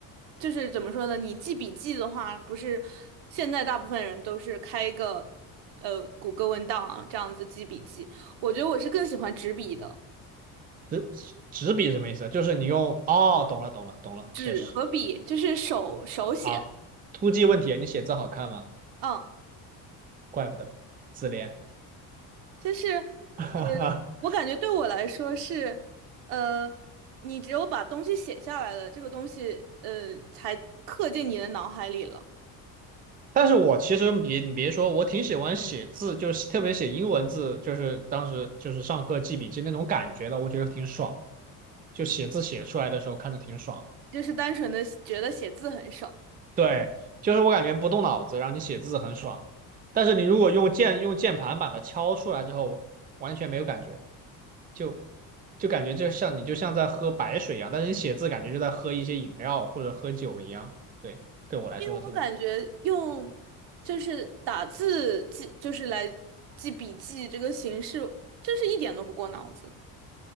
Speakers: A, on the right (about 70°); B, on the right (about 20°).
A: 就是怎么说呢，你记笔记的话，不是现在大部分人都是开一个呃谷歌文档啊这样子记笔记，我觉得我是更喜欢纸笔的。
B: 纸纸笔什么意思？就是你用哦，懂了懂了懂了，
A: 纸和笔，
B: 确实
A: 就是手手写，
B: 好。突击问题，你写字好看吗？
A: 嗯，
B: 怪不得自恋。
A: 就是
B: <laughs>
A: 呃，我感觉对我来说是，呃，你只有把东西写下来了，这个东西呃才刻进你的脑海里了，
B: 但是我其实别你别说，我挺喜欢写字，就是特别写英文字，就是当时就是上课记笔记那种感觉的，我觉得挺爽。就写字写出来的时候看着挺爽。
A: 就是单纯的觉得写字很爽，
B: 对，就是我感觉不动脑子，然后你写字很爽。但是你如果用键用键盘把它敲出来之后，完全没有感觉，就就感觉就像你就像在喝白水一样，但是你写字感觉就在喝一些饮料或者喝酒一样。对，对我来说这种
A: 因为我感觉用就是打字记，就是来记笔记这个形式，就是一点都不过脑子，